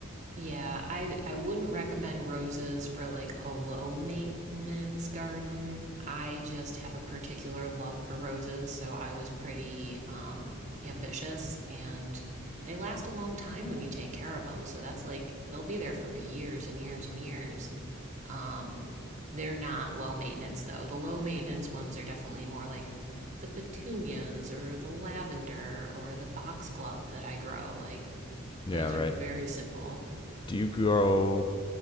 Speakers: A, on the right; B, on the left.
A: Yeah, I I wouldn't recommend roses for like a low maintenance garden. I just have a particular love for roses, so I was pretty um ambitious and they last a long time when you take care of them. So that's like they'll be there for years and years and years. Um they're not low maintenance though. The low maintenance ones are definitely more like the petunias or the lavender or the foxglove that I grow. Like
B: Yeah,
A: those
B: right.
A: are very simple.
B: do you grow